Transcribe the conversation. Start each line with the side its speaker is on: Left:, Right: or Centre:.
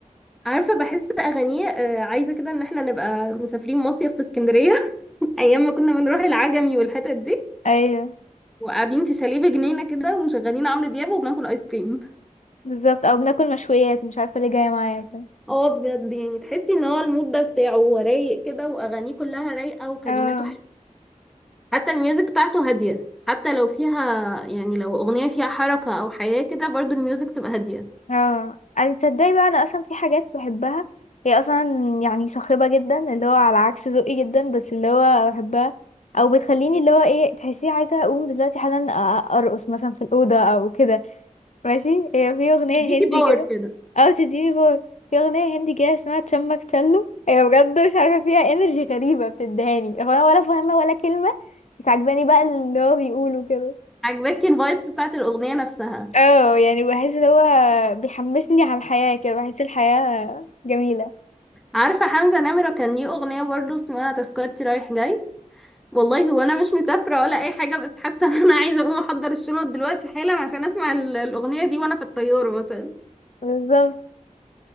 Centre: عارفه بحس اغانيه آه، عايزه كده ان احنا نبقى مسافرين مصيف في اسكندريه <laughs> ايام ما كنا بنروح العجمي والحتت دي
Left: ايوه
Centre: وقاعدين في شاليه بجنينه كده ومشغلين عمرو دياب وبناكل ايس كريم
Left: بالظبط او بناكل مشويات مش عارفه ليه جايه معايا كده
Centre: اه بجد يعني تحسي ان هو المود ده بتاعه هو رايق كده واغانيه كلها رايقه وكلماته
Left: اه
Centre: حتى الميوزك بتاعته هادية حتى لو فيها يعني لو أغنية فيها حركة أو حياة كده برضو الميوزك تبقى هادية
Left: اه انا تصدقي بقى انا اصلا في حاجات بحبها هي اصلا يعني صاخبه جدا اللي هو على عكس ذوقي جدا بس اللي هو بحبها او بتخليني اللي هو ايه تحسيه عايزه اقوم دلوقتي حالا أ- ارقص مثلا في الاوضه او كده ماشي هي في اغنيه
Centre: ديكي
Left: هندي
Centre: باور
Left: كده
Centre: كده
Left: او تديني فور في اغنيه هندي كده اسمها تشمك تشلو هي بجد مش عارفه فيها انرجي غريبه بتدهاني هو انا ولا فاهمه ولا كلمه بس عجباني بقى اللي هو بيقوله كده
Centre: عجباكي الفايبس بتاعت الأغنية نفسها
Left: اه يعني بحس ان هو بيحمسني على الحياة كده بحس الحياة جميلة
Centre: عارفة حمزة نمرة كان ليه أغنية برضو اسمها تذكرتي رايح جاي والله هو أنا مش مسافرة ولا أي حاجة بس حاسة إن أنا عايزة أقوم أحضر الشنط دلوقتي حالا عشان أسمع ال- الأغنية دي وأنا في الطيارة مثلا
Left: بالظبط